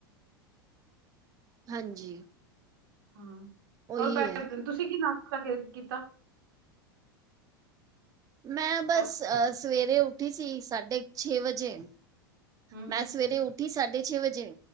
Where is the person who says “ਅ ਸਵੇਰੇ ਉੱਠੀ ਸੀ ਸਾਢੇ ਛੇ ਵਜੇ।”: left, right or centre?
Right